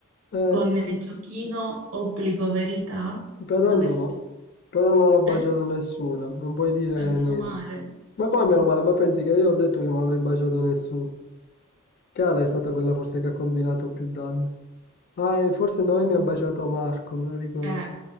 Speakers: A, on the left; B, on the right.
A: Eh,
B: con il
A: che...
B: giochino obbligo verità,
A: però
B: dove
A: non
B: si...
A: ho, però non ho baciato
B: Eh?
A: nessuno, non puoi dire
B: E meno
A: niente.
B: male.
A: Ma come meno male, ma pensi che io ho detto che non avrei baciato nessuno? Cara è stata quella forse che ha combinato più danni. Ah, e forse Noemi mi ha baciato Marco, me lo ricordo.
B: Eh,